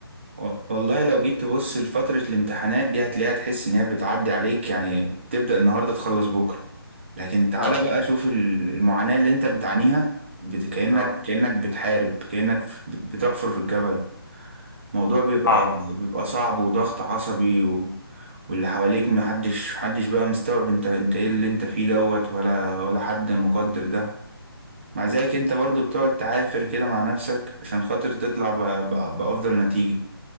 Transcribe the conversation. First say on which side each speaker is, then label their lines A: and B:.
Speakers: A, on the right; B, on the left.
A: و- والله لو جيت تبص لفترة الامتحانات دي هتلاقيها تحس إن هي بتعدي عليك يعني تبدأ النهاردة تخلص بكرة لكن تعالى
B: اه
A: بقى شوف ال- المعاناة اللي أنت بتعانيها بت- كأنك
B: اه
A: كأنك بتحارب كأنك ف- بت- بتحفر في الجبل الموضوع بيبقى
B: صعبة
A: بيبقى صعب وضغط عصبي و... واللي حواليك محدش محدش بقى مستوعب انت انت ايه اللي انت فيه دوت ولا ولا حد مقدر ده مع ذلك انت برضو بتقعد تعافر كده مع نفسك عشان خاطر تطلع ب... ب... بأفضل نتيجة